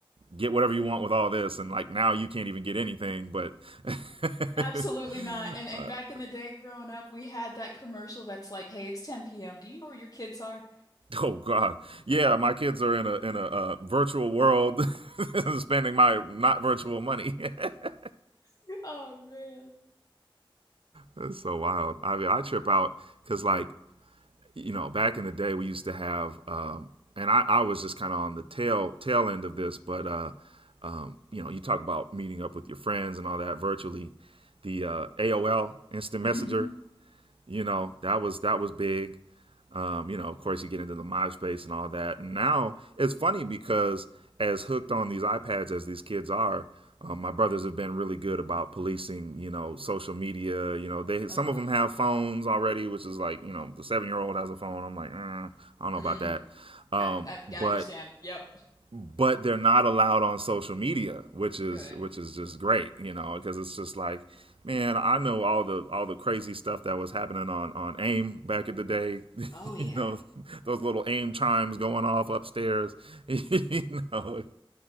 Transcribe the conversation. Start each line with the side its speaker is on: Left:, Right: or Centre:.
Right: get whatever you want with all this. And like now, you can't even get anything. But, <laughs>
Left: Absolutely not. And and
Right: uh,
Left: back in the day growing up, we had that commercial that's like, "Hey, it's 10 p.m. Do you know where your kids are?"
Right: oh God, yeah, my kids are in a in a uh, virtual world, <laughs> spending my not virtual money. <laughs>
Left: <laughs> Oh man.
Right: That's so wild. I mean, I trip out because, like, you know, back in the day, we used to have, um, and I, I was just kind of on the tail tail end of this, but uh, um, you know, you talk about meeting up with your friends and all that virtually. The uh, AOL instant messenger
Left: hmm
Right: you know that was that was big um, you know of course you get into the myspace and all that and now it's funny because as hooked on these ipads as these kids are um, my brothers have been really good about policing you know social media you know they some
Left: Oh, good.
Right: of them have phones already which is like you know the seven year old has a phone i'm like mm, i don't know
Left: Mm.
Right: about that um,
Left: I, I, yeah,
Right: but
Left: I understand. Yep.
Right: but they're not allowed on social media, which is
Left: Good.
Right: which is just great, you know, because it's just like, man, I know all the all the crazy stuff that was happening on on AIM back in the day,
Left: Oh
Right: <laughs>
Left: yeah.
Right: you know, those little AIM chimes going off upstairs, <laughs> you know,